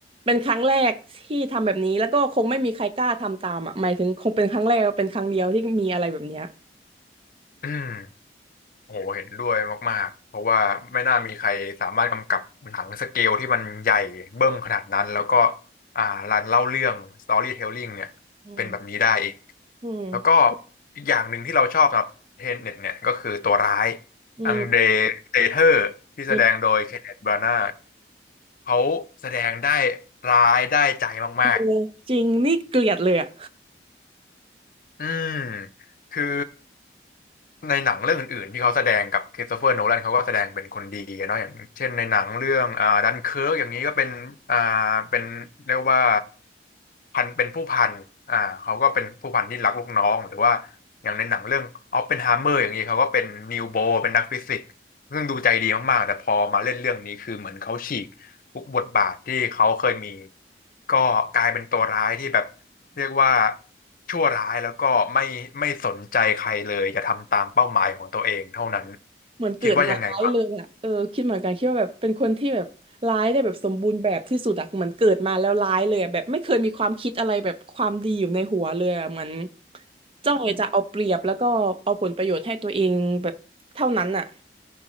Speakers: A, on the right; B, on the left.
A: เป็นครั้งแรกที่ทำแบบนี้แล้วก็คงไม่มีใครกล้าทำตามอ่ะหมายถึงคงเป็นครั้งแรกเป็นครั้งเดียวที่มีอะไรแบบเนี้ย
B: อืม โอ้โหเห็นด้วยมากๆ เพราะว่าไม่น่ามีใครสามารถกำกับหนังสเกลที่มันใหญ่เบิ้มขนาดนั้นแล้วก็อ่ารันเล่าเรื่อง storytelling เนี่ยเป็นแบบนี้ได้อีก
A: อืมอืม
B: แล้วก็อีกอย่างหนึ่งที่เราชอบสำหรับเทนเน็ตเนี่ยก็คือตัวร้าย
A: อืม
B: อังเดรเตเทอร์ที่แสดงโดยเคนเนธบรานา
A: อืม
B: เขาแสดงได้ร้ายได้ใจมากๆ
A: เออจริงนี่เกลียดเลยอ่ะ
B: อืมคือในหนังเรื่องอื่นๆที่เขาแสดงกับคริสโตเฟอร์โนแลนเขาก็แสดงเป็นคนดีอะเนาะอย่างเช่นในหนังเรื่องอ่าดันเคิร์กอย่างนี้ก็เป็นอ่าเป็นเรียกว่าพันเป็นผู้พันอ่าเขาก็เป็นผู้พันที่รักลูกน้องหรือว่าอย่างในหนังเรื่องออปเพนไฮเมอร์อย่างนี้เขาก็เป็นนิวโบเป็นนักฟิสิกส์ซึ่งดูใจดีมากๆแต่พอมาเล่นเรื่องนี้คือเหมือนเขาฉีก ทุกบทบาทที่เขาเคยมีก็กลายเป็นตัวร้ายที่แบบเรียกว่าชั่วร้ายแล้วก็ไม่ไม่สนใจใครเลยจะทำตามเป้าหมายของตัวเองเท่านั้น
A: เหมือนเกิดมาร้ายเลยอ่ะเออคิดเหมือนกันคิดว่าแบบเป็นคนที่แบบร้ายได้แบบสมบูรณ์แบบที่สุดอ่ะเหมือนเกิดมาแล้วร้ายเลยอะแบบไม่เคยมีความคิดอะไรแบบความดีอยู่ในหัวเลยอะเหมือน
B: คิดว่ายังไงบ้าง
A: จ้องจะเอาเปรียบแล้วก็เอาผลประโยชน์ให้ตัวเองแบบเท่านั้นอ่ะ